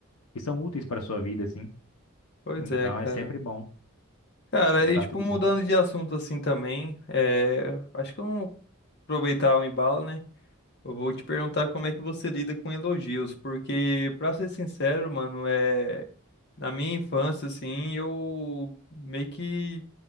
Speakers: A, on the left; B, on the left.
A: que são úteis para a sua vida, assim.
B: Pois
A: Então
B: é, cara.
A: é sempre bom
B: Cara,
A: escutar
B: e tipo,
A: todo
B: mudando
A: mundo.
B: de assunto assim também, é, acho que eu vou aproveitar o embalo, né? Eu vou te perguntar como é que você lida com elogios, porque, pra ser sincero, mano, é... na minha infância, assim, eu meio que